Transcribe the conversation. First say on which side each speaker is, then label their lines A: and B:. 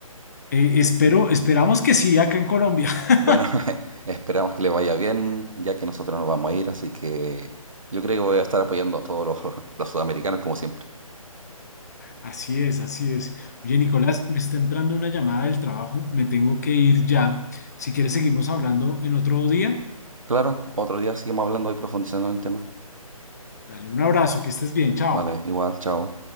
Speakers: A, on the left (about 30°); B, on the right (about 65°).
A: Eh, espero, esperamos que sí acá en Colombia. <laughs>
B: Bueno, <laughs> esperamos que le vaya bien, ya que nosotros nos vamos a ir, así que yo creo que voy a estar apoyando a todos los, <laughs> los sudamericanos como siempre.
A: Así es, así es. Oye, Nicolás, me está entrando una llamada del trabajo, me tengo que ir ya. Si quieres, seguimos hablando en otro día.
B: Claro, otro día seguimos hablando y profundizando en el tema.
A: Dale un abrazo, que estés bien, chao.
B: Vale, igual, chao.